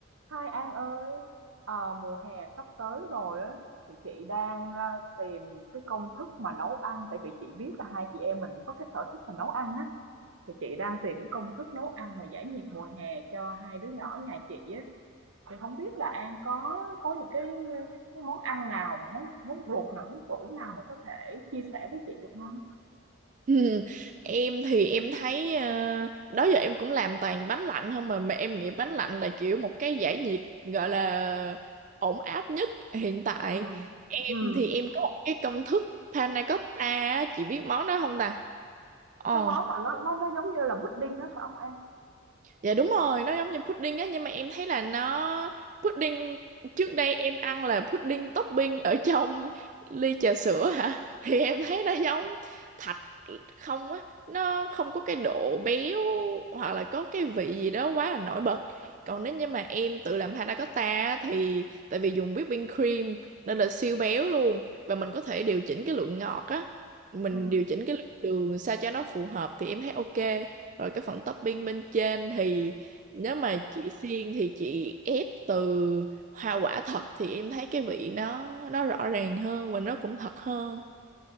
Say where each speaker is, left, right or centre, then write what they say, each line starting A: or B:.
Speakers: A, on the right; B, on the right.
A: Hai An ơi, ờ, mùa hè sắp tới rồi á thì chị đang ờ, tìm cái công thức mà nấu ăn tại vì chị biết là hai chị em mình cũng có cái sở thích là nấu ăn á thì chị đang tìm cái công thức nấu ăn mà giải nhiệt mùa hè cho hai đứa nhỏ nhà chị á thì không biết là An có có những cái cái, cái món ăn nào món món ruột nào món tủ nào mà có thể chia sẻ với chị được không?
B: <laughs> Ừ, em thì em thấy ờ, đó giờ em cũng làm toàn bánh lạnh không mà mà em nghĩ bánh lạnh là kiểu một cái giải nhiệt gọi là ổn áp nhất hiện tại
A: Ừ.
B: em
A: Ừ.
B: thì em có một cái công thức panna cotta á, chị biết món đó không ta ờ
A: Cái món mà nó nó nó giống như là pudding đó phải không an?
B: Dạ đúng rồi, nó giống như pudding á nhưng mà em thấy là nó pudding trước đây em ăn là pudding topping ở trong ly trà sữa hả? <laughs> Thì em thấy nó giống thạch không á, nó không có cái độ béo hoặc là có cái vị gì đó quá là nổi bật. Còn nếu như mà em tự làm panna cotta á, thì tại vì dùng whipping cream nên là siêu béo luôn và mình có thể điều chỉnh cái lượng ngọt á, mình
A: Ừ.
B: điều chỉnh cái lượng đường sao cho nó phù hợp thì em thấy ok rồi cái phần topping bên trên thì nếu mà chị xiên thì chị ép từ hoa quả thật thì em thấy cái vị nó nó rõ ràng hơn và nó cũng thật hơn